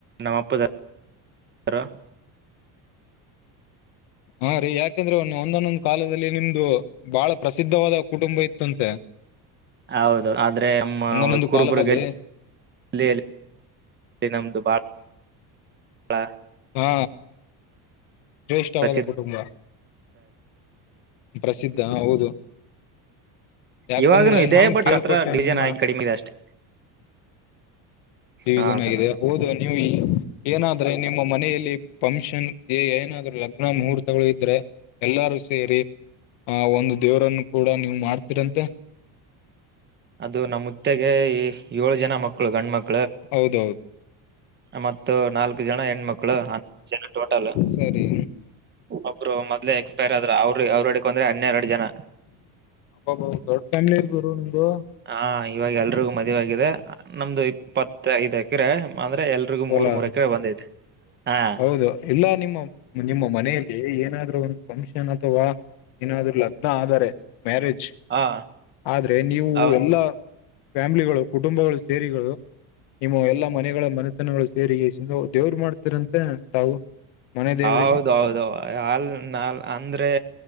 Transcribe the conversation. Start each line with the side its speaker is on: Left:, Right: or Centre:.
Right: ನಮ್ಮಪ್ಪದ ಹರ
Left: ಹಾ ರೀ ಯಾಕಂದ್ರೆ ಒ ಒಂದೊಂದೊಂದ್ ಕಾಲದಲ್ಲಿ ನಿಮ್ದು ಬಹಳ ಪ್ರಸಿದ್ಧವಾದ ಕುಟುಂಬ ಇತ್ತಂತೆ
Right: ಹೌದು ಆದ್ರೆ ನಮ್ಮ
Left: ಒಂದೊಂದೊಂದು
Right: ಕುರುಬುರ್ಗಲ್ಲಿ
Left: ಕಾಲದಲ್ಲಿ
Right: ಅಲ್ಲಿ ಅ ನಮ್ದು ಬಾಳ ಹ
Left: ಹಾ ಜ್ಯೇಷ್ಠವಾದ
Right: ಪ್ರಸಿದ್ಧ
Left: ಕುಟುಂಬ ಪ್ರಸಿದ್ಧ ಹೌದು ಯಾಕಂದ್ರೆ
Right: ಇವಾಗನು ಇದೆ
Left: ನಾನ್
Right: ಬಟ್
Left: ಕೇಳ್ಪಟ್ಟೆ
Right: ಹತ್ರ ಡಿವಿಷನ್
Left: ನಿಮ್ಮ
Right: ಆಗಿ ಕಡಿಮೆ ಇದೆ ಅಷ್ಟೇ
Left: ಡಿವಿಷನ್
Right: ಹಾ ಸರ್
Left: ಆಗಿದೆ ಹೌದು ನೀವು ಏನಾದ್ರೆ ನಿಮ್ಮ ಮನೆಯಲ್ಲಿ ಫಂಕ್ಷನ್ ಏ ಏನಾದ್ರೂ ಲಗ್ನ ಮುಹೂರ್ತಗಳು ಇದ್ರೆ ಎಲ್ಲಾರು ಸೇರಿ ಆ ಒಂದು ದೇವರನ್ನು ಕೂಡ ನೀವು ಮಾಡ್ತಿರಂತೆ
Right: ಅದು ನಮ್ಮ ಹುತ್ತೆಗೆ ಏಳು ಜನ ಮಕ್ಕಳು ಗಂಡ ಮಕ್ಕಳು
Left: ಹೌದೌದು
Right: ಮತ್ತು ನಾಲ್ಕು ಜನ ಹೆಣ್ಮಕ್ಳು ಹನ್ನ ಜನ ಟೋಟಲ್
Left: ಸರಿ
Right: ಒಬ್ರು ಮೊದ್ಲೇ ಎಕ್ಸ್ಪೈರ್ ಆದ್ರ ಅವ್ರ ಅವ್ರ ಇಡಕೊಂಡ್ರೆ ಹನ್ನೆರಡು ಜನ
Left: ಒ ಹೋ ದೊಡ್ಡ ಫ್ಯಾಮಿಲಿ ಗುರು ನಿಮ್ದು
Right: ಹಾ ಇವಾಗ ಎಲ್ರಿಗೂ ಮದುವೆಯಾಗಿದೆ ನಮ್ದು ಇಪ್ಪತ್ತ ಐದು ಎಕರೆ ಅ ಮತ್ತೆ ಎಲ್ರಿಗೂ
Left: ಹೊಲಾ
Right: ಮೂರ್ ಮೂರು ಎಕರೆ ಬಂದೈತೆ ಹಾ
Left: ಹೌದು ಇಲ್ಲಾ ನಿಮ್ಮ ನಿಮ್ಮ ಮನೆಯಲ್ಲಿ ಏನಾದ್ರು ಒಂದು ಫಂಕ್ಷನ್ ಅಥವಾ ಏನಾದ್ರು ಲಗ್ನ ಆದಾರೆ ಮ್ಯಾರೇಜ್
Right: ಹಾ
Left: ಆದ್ರೆ ನೀವು
Right: ಹೌದು
Left: ಎಲ್ಲಾ ಫ್ಯಾಮಿಲಿಗಳು ಕುಟುಂಬಗಳು ಸೇರಿಗಳು ನಿಮ್ಮ ಎಲ್ಲಾ ಮನೆಗಳ ಮನೆತನಗಳು ಸೇರಿ ದೇವರು ಮಾಡ್ತರಂತೆ ತಾವು ಮನೆ ದೇವ್ರಿಗೆ
Right: ಹೌದ ಹೌದು ಅಲ್ ನಲ್ ಅಂದ್ರೆ